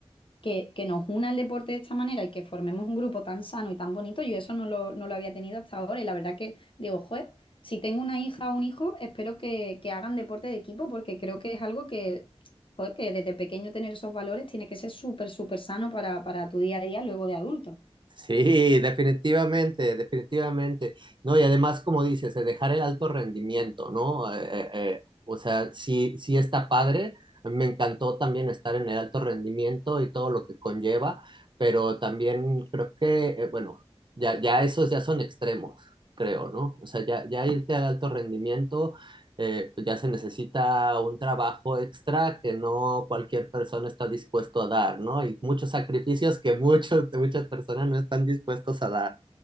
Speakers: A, on the left; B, on the right.
A: que, que nos una el deporte de esta manera y que formemos un grupo tan sano y tan bonito, yo eso no lo, no lo había tenido hasta ahora y la verdad que digo, joder, si tengo una hija o un hijo, espero que, que hagan deporte de equipo porque creo que es algo que, joder, que desde pequeño tener esos valores tiene que ser súper, súper sano para, para tu día a día luego de adulto.
B: Sí, definitivamente, definitivamente. No, y además, como dices, eh, dejar el alto rendimiento, ¿no? Eh, eh, eh, o sea, sí, sí está padre. A mí Me encantó también estar en el alto rendimiento y todo lo que conlleva, pero también creo que, eh, bueno, ya, ya esos ya son extremos, creo, ¿no? O sea, ya, ya irte al alto rendimiento eh, pues ya se necesita un trabajo extra que no cualquier persona está dispuesto a dar, ¿no? Y muchos sacrificios que muchos, muchas personas no están dispuestos a dar.